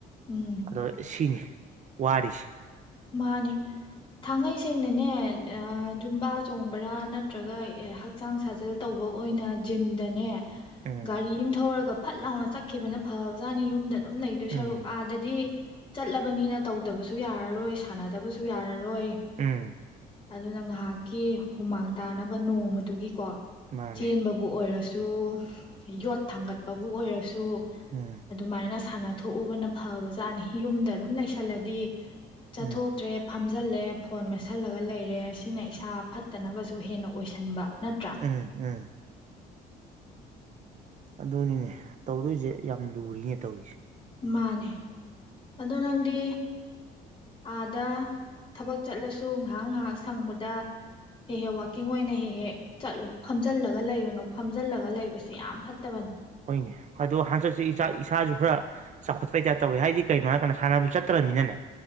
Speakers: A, on the left (about 30°); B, on the right (about 45°).
A: ꯎꯝ
B: ꯑꯗꯣ ꯁꯤꯅꯤ ꯋꯥꯔꯤꯁ
A: ꯃꯥꯅꯦ ꯊꯥꯡꯉꯩ ꯁꯦꯡꯅꯅꯦ ꯨꯝꯕꯥ ꯆꯣꯡꯕꯔꯥ ꯅꯠꯇ꯭ꯔꯒ ꯍꯛꯆꯥꯡ ꯁꯥꯖꯦꯜ ꯇꯧꯕ ꯑꯣꯏꯅ ꯖꯤꯝꯗꯅꯦ
B: ꯎꯝ
A: ꯒꯥꯔꯤꯅꯤ ꯊꯧꯔꯒ ꯐꯠ ꯂꯥꯎꯅ ꯆꯠꯈꯤꯕꯅ ꯐꯕ ꯆꯥꯅꯤ ꯌꯨꯝꯗ ꯑꯗꯨꯝ ꯂꯩꯗꯣꯏ
B: ꯎꯝ
A: ꯁꯔꯨꯛ ꯑꯥꯗꯗꯤ ꯆꯠꯂꯕꯅꯤꯅ ꯇꯧꯗꯕꯁꯨ ꯌꯥꯔꯔꯣꯏ ꯁꯥꯟꯅꯗꯕꯁꯨ ꯌꯥꯔꯔꯣꯏ ꯇꯣꯏ
B: ꯎꯝ
A: ꯑꯗꯨꯅ ꯉꯥꯏꯍꯥꯛꯀꯤ ꯍꯨꯃꯥꯡ ꯇꯥꯅꯕ ꯅꯣꯡꯃꯗꯨꯒꯤꯀꯣ
B: ꯃꯥꯅꯦ
A: ꯆꯦꯟꯕꯕꯨ ꯑꯣꯏꯔꯁꯨ ꯑꯗꯨ ꯌꯣꯠ ꯊꯥꯡꯒꯠꯄꯕꯨ ꯑꯣꯏꯔꯁꯨ
B: ꯎꯝ
A: ꯑꯗꯨꯃꯥꯏꯅ ꯁꯥꯟꯅ ꯊꯣꯛꯎꯕꯅ ꯐꯕꯖꯥꯠꯅꯤ ꯌꯨꯝꯗ ꯑꯗꯨꯝ ꯂꯩꯁꯜꯂꯗꯤ ꯆꯠꯊꯣꯛꯇ꯭ꯔꯦ
B: ꯎꯝ
A: ꯐꯝ ꯐꯥꯖꯤꯜꯂꯦ ꯐꯣꯟ ꯃꯦꯠꯁꯤꯜꯂꯒ ꯂꯩꯔꯦ ꯁꯤꯅ ꯏꯁꯥ ꯐꯠꯇꯅꯕꯁꯨ ꯍꯦꯟꯅ ꯑꯣꯏꯁꯟꯕ ꯅꯠꯇ꯭ꯔꯥ
B: ꯎꯝ ꯎꯝ ꯑꯗꯨꯅꯤꯅꯦ ꯇꯧꯗꯣꯏꯁꯦ ꯌꯥꯝ ꯂꯨꯔꯤꯅꯦ ꯇꯧꯔꯤꯁꯦ
A: ꯃꯥꯅꯦ ꯑꯗꯣ ꯅꯪꯗꯤ ꯑꯥꯗ ꯊꯕꯛ ꯆꯠꯂꯁꯨ ꯉꯥꯏꯍꯥꯛ ꯉꯥꯏꯍꯥꯛ ꯁꯪꯕꯗ ꯍꯦꯛ ꯍꯦꯛ ꯋꯥꯥꯛꯀꯤꯡ ꯑꯣꯏꯅ ꯍꯦꯛ ꯍꯦꯛ ꯆꯠꯂꯣ ꯐꯝꯖꯜꯂꯒ ꯂꯩꯒꯨꯅꯨ ꯐꯝꯖꯤꯜꯂꯒ ꯂꯩꯕꯁꯦ ꯌꯥꯝ ꯐꯠꯇꯕꯅꯤ
B: ꯍꯣꯏꯅꯦ ꯑꯗꯣ ꯍꯟꯗꯛꯁ ꯏꯁꯥꯁꯨ ꯈꯔ ꯆꯥꯎꯈꯠꯄꯩꯇꯥꯔ ꯇꯧꯋꯦ ꯍꯥꯏꯗꯤ ꯀꯩꯅꯣ ꯍꯥꯏꯔ ꯀꯥꯟꯗ ꯁꯥꯟꯅꯕꯁꯨ ꯆꯠꯇ꯭ꯔꯃꯤꯅꯅꯦ